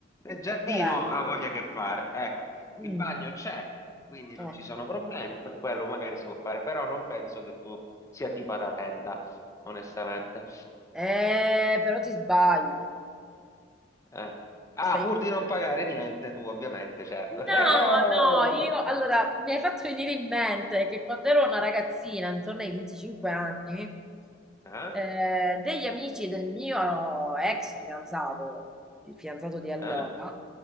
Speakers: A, on the left; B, in the centre.
A: il giardino
B: Caporella.
A: ha voglia che fare. Ecco, il
B: Mm,
A: bagno c'è, quindi non
B: eh.
A: ci sono problemi, per quello magari si può fare, però non penso che tu sia tipa da tenda, onestamente.
B: Eh, però ti sbagli.
A: Eh. Ah,
B: Sei...
A: pur di non pagare niente, tu ovviamente, certo. <laughs>
B: No, no, io allora mi hai fatto venire in mente che quando ero una ragazzina, intorno ai 25 anni,
A: Eh?
B: eh, degli amici del mio ex fidanzato, il fidanzato di allora,
A: Eh?